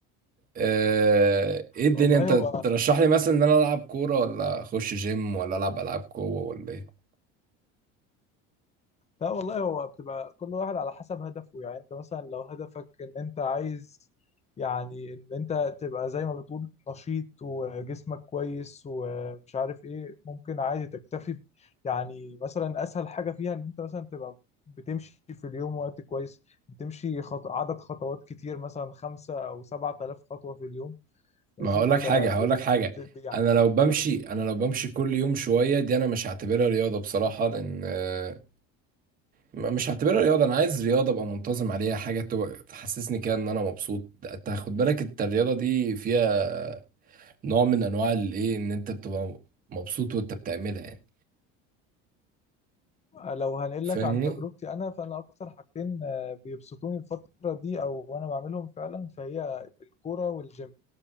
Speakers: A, on the right; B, on the left.
A: آه، ايه الدنيا
B: والله
A: انت
B: هو
A: ترشح لي مثلا ان انا العب كورة ولا اخش جيم ولا العب العاب قوة ولا ايه؟
B: لا والله هو بتبقى كل واحد على حسب هدفه يعني انت مثلا لو هدفك ان انت عايز يعني ان انت تبقى زي ما بتقول نشيط وجسمك كويس ومش عارف ايه ممكن عادي تكتفي ب- يعني مثلا اسهل حاجة فيها ان انت مثلا تبقى بتمشي في اليوم وقت كويس بتمشي خط... عدد خطوات كتير مثلا خمسة او سبعة آلاف خطوة في اليوم ماشي
A: ما هقول
B: انت
A: لك حاجة هقول لك حاجة
B: بت... يعني
A: انا لو بمشي انا لو بمشي كل يوم شوية دي انا مش هعتبرها رياضة بصراحة لان آه، ما- مش هعتبرها رياضة انا عايز رياضة ابقى منتظم عليها حاجة تو- تحسسني كده ان انا مبسوط انت خد بالك انت الرياضة دي فيها نوع من انواع الايه ان انت بتبقى مبسوط وانت بتعملها يعني
B: لو هنقول
A: فاهمني
B: لك عن تجربتي انا فانا اكتر حاجتين آه، بيبسطوني الفتره دي او وانا بعملهم فعلا فهي الكوره والجيم